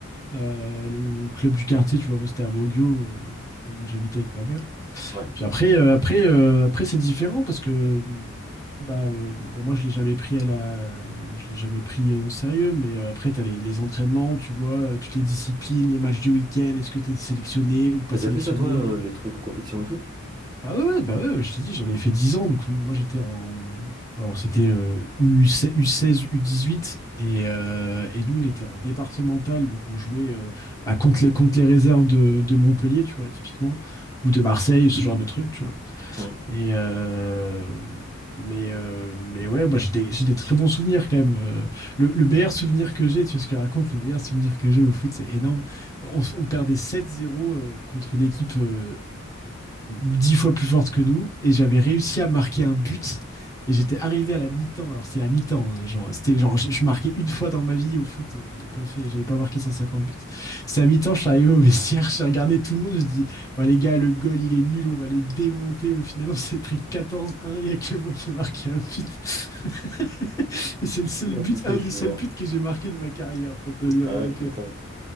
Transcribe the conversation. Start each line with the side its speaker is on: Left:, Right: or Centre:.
Left: Euh, le, le club du quartier, tu vois, moi c'était à Mogio, euh, là où j'habitais avec ma mère.
Right: ouais.
Left: Puis après, euh, après, euh, après c'est différent parce que bah, euh, bon, moi, je l'ai jamais pris à la... je l'ai jamais pris euh, au sérieux, mais euh, après, tu as les, les entraînements, tu vois, euh, toutes les disciplines, les matchs du week-end, est-ce que tu es sélectionné ou pas
Right: T'as
Left: sélectionné?
Right: déjà fait ça, toi, euh, les trucs compétition et tout?
Left: Ah ouais, ouais, bah ouais, ouais, je t'ai dit, j'en ai fait 10 ans, donc moi, j'étais en... Alors, c'était euh, U16, U16, U18, et, euh, et nous, on était en départemental, donc on jouait euh, bah, contre les, contre les réserves de, de Montpellier, tu vois, typiquement, ou de Marseille, ce genre de truc, tu vois.
Right: Hum.
Left: Et, euh, mais, euh, mais ouais, moi j'ai des, j'ai des très bons souvenirs quand même. Euh, le, le meilleur souvenir que j'ai, tu vois ce que je raconte, le meilleur souvenir que j'ai au foot, c'est énorme. On, on perdait sept zéro euh, contre une équipe euh, dix fois plus forte que nous et j'avais réussi à marquer un but et j'étais arrivé à la mi-temps. Alors c'est la mi-temps, hein, genre c'était genre je, je marquais une fois dans ma vie au foot, euh, j'avais pas fait, j'avais pas marqué 150 buts. C'est à mi-temps, je suis arrivé au vestiaire, j'ai regardé tout le monde, je dis "Ouais les gars, le goal il est nul, on va les démonter." Au final, on s'est pris 14-1, il y a que moi qui ai marqué un but. <laughs> Et c'est le seul
Right: Oh
Left: but,
Right: putain,
Left: un
Right: je
Left: des
Right: suis
Left: seuls
Right: mort.
Left: buts que j'ai marqué de ma carrière pour te dire.
Right: Ah
Left: donc,
Right: ouais, putain.
Left: euh.